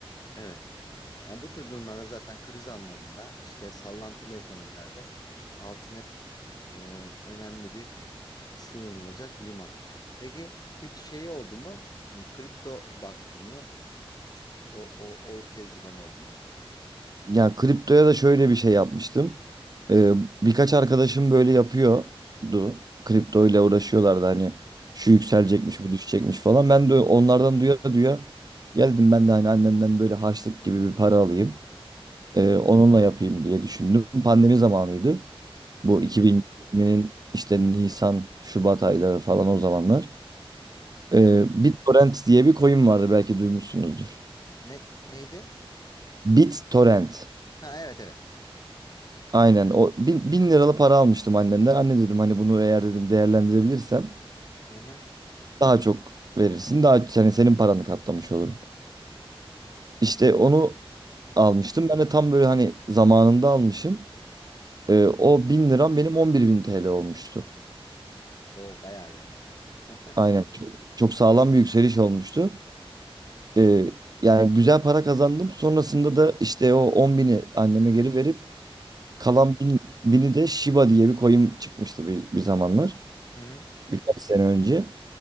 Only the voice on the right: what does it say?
Yani kriptoya da şöyle bir şey yapmıştım. Ee, birkaç arkadaşım böyle yapıyordu. Kripto ile uğraşıyorlardı hani şu yükselecekmiş
bu düşecekmiş falan. Ben de onlardan duya duya geldim ben de hani annemden böyle harçlık gibi bir para alayım.
Ee, onunla yapayım diye düşündüm. Pandemi zamanıydı.
Bu 2020'nin işte Nisan, Şubat ayları falan o zamanlar. Ee,
BitTorrent diye bir coin vardı belki duymuşsunuzdur.
BitTorrent.
Aynen o bin, bin liralı para almıştım annemden. Anne dedim hani bunu eğer dedim değerlendirebilirsem
daha çok verirsin. Daha senin, senin paranı katlamış olurum. İşte onu
almıştım. Ben de tam böyle hani zamanında almışım. Ee, o bin liram benim 11 bin TL olmuştu.
Aynen çok, çok sağlam bir yükseliş olmuştu. Ee, yani güzel para kazandım. Sonrasında da işte o 10 bini anneme geri verip
kalan bin, bini de Shiba diye bir coin çıkmıştı bir, bir zamanlar.
Birkaç sene önce.